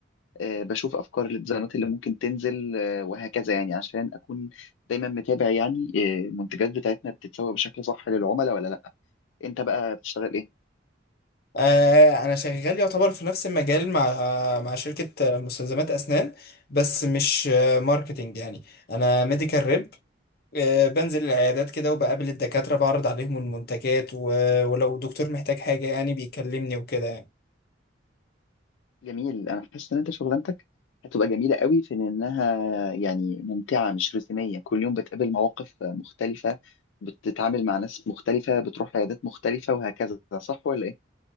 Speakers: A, on the left (about 85°); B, on the left (about 55°).
A: آه، بشوف افكار الديزاينات اللي ممكن تنزل آه، وهكذا يعني عشان اكون دايما متابع يعني آه، المنتجات بتاعتنا بتتسوق بشكل صح للعملاء ولا لا انت بقى بتشتغل ايه
B: آه انا شغال يعتبر في نفس المجال مع مع شركة آه، مستلزمات اسنان بس مش آه، ماركتينج يعني انا ميديكال ريب آه بنزل العيادات كده وبقابل الدكاترة بعرض عليهم المنتجات و- ولو دكتور محتاج حاجة يعني بيكلمني وكده يعني
A: جميل انا حاسس ان انت شغلانتك هتبقى جميله قوي في انها يعني ممتعه مش روتينيه كل يوم بتقابل مواقف مختلفه بتتعامل مع ناس مختلفه بتروح عيادات مختلفه وهكذا صح ولا ايه